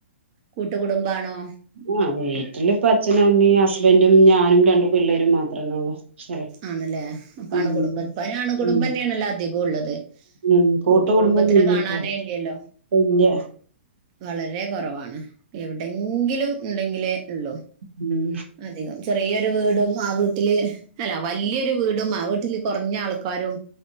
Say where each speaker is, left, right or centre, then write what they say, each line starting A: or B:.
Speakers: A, on the right (about 30°); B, on the right (about 75°).
A: കൂട്ടുകുടുംബാണോ
B: ആ വീട്ടില് ഇപ്പ അച്ഛനമ്മി അ ബന്റും ഞാനും രണ്ടു പിള്ളേരും മാത്രമേ ഉള്ളൂ ശരി
A: ആണല്ലേ അപ്പണുകുടുമ്പം
B: ഉം
A: ഇപ്പൊ ആണുടുംബന്നെണ്
B: ഉം
A: എല്ലാ ള്ളത്
B: ഉം കൂട്ടു
A: കൂട്ടുകുടുംബത്തിനെ
B: കുടുംബൊന്നുല്ല
A: കാണാനേ
B: ഇപ്പൊ
A: ഇല്ലല്ലോ
B: വല്യ
A: വളരെ കുറവാണ് എവിടെങ്കിലും ഉണ്ടെങ്കിലേ ഉള്ളോ
B: ഉം
A: അധികം ചെറിയൊരു വീടും ആ വീട്ടില് അല്ല വലിയൊരു വീടും ആ വീട്ടില് കുറഞ്ഞ ആൾക്കാരും